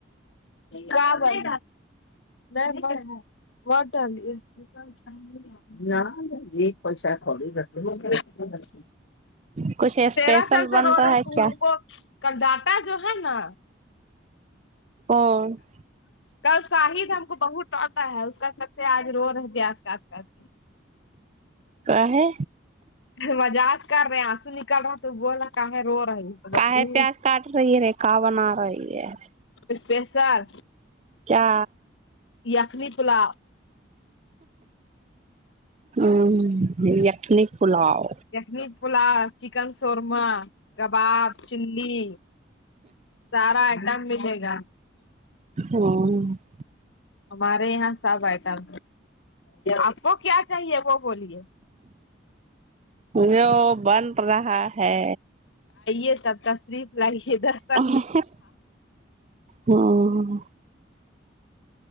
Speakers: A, on the left; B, on the right.
A: کیا بن نہیں واٹال ہے <unintelligible> نہ جی کوئی شاید تھوڑی ر <unintelligible>
B: کچھ اسپیشل
A: تیرہ چند سے
B: بن
A: بول
B: رہا
A: رہے
B: ہے
A: تھے
B: کیا
A: ان کو کل ڈاٹا جو ہے نا
B: کون
A: کل شاہد ہم کو بہت ڈانٹا ہے اس کا سب سے آج رو رہ پیاج کاٹ کاٹ کے
B: کا ہے
A: مزاق کر رہے آنسو نکل رہا تو بولا کاہے رو رہی
B: کا ہے پیاز کاٹ رہی ہے کہ بنا رہی ہے
A: اسپیشل
B: کیا
A: یخنی پلاؤ
B: ہوں یخنی پلاؤ
A: یخنی پلاؤ چکن شورما کباب چلی سارا آئٹم ملے گا
B: ہاں
A: ہمارے یہاں سب آئٹم آپ کو کیا چاہیے وہ بولیے
B: جو بن رہا ہے
A: آئیے تشریف لائیے دس
B: ہاں۔۔ ہاں